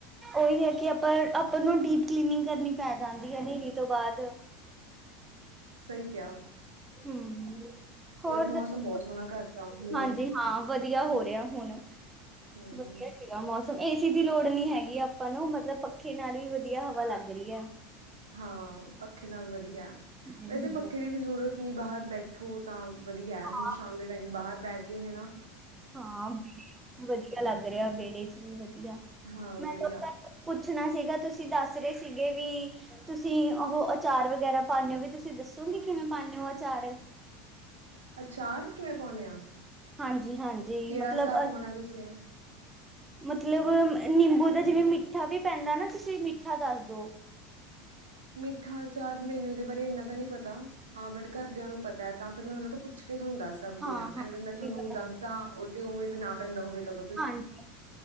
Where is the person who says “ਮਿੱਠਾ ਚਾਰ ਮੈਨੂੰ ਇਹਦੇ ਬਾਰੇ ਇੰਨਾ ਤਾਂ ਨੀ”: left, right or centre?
Right